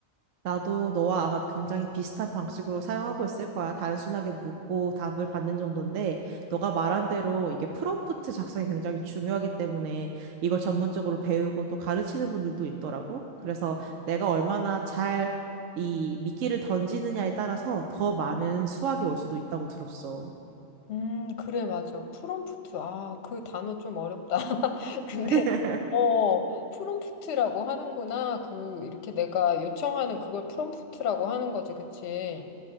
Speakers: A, on the right; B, on the left.
A: 나도 너와 아마 굉장히 비슷한 방식으로 사용하고 있을 거야. 단순하게 묻고 답을 받는 정도인데, 너가 말한 대로 이게 프롬프트 작성이 굉장히 중요하기 때문에 이걸 전문적으로 배우고 또 가르치는 분들도 있더라고. 그래서 내가 얼마나 잘 이 미끼를 던지느냐에 따라서 더 많은 수확이 올 수도 있다고 들었어.
B: 음, 그래, 맞아. 프롬프트. 아, 그 단어 좀 어렵다. <laughs> 근데,
A: <laughs>
B: 어, 프롬프트라고 하는구나. 그, 이렇게 내가 요청하는 그걸 프롬프트라고 하는 거지, 그치?